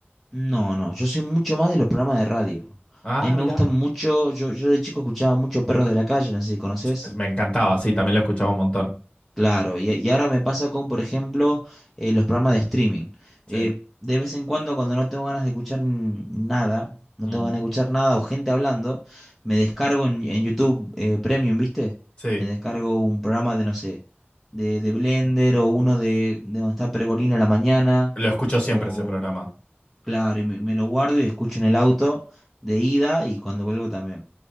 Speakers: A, in the centre; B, on the left (about 25°).
A: No, no, yo soy mucho más de los programas de radio.
B: Ah,
A: A mí me
B: mira.
A: gustan mucho, yo, yo de chico escuchaba mucho Perros de la Calle, no sé si conoces.
B: Sí, Me encantaba, sí, también lo escuchaba un montón.
A: Claro, y, y ahora me pasa con, por ejemplo, eh, los programas de streaming. Eh,
B: Sí,
A: de vez en cuando, cuando no tengo ganas de escuchar n- nada, no
B: Mm.
A: tengo ganas de escuchar nada o gente hablando, me descargo en, en YouTube eh, Premium, ¿viste?
B: sí.
A: Me descargo un programa de, no sé, de, de Blender o uno de, de donde está Pergolina a la mañana,
B: Lo escucho siempre
A: o
B: ese programa.
A: claro, y me, me lo guardo y escucho en el auto de ida y cuando vuelvo también.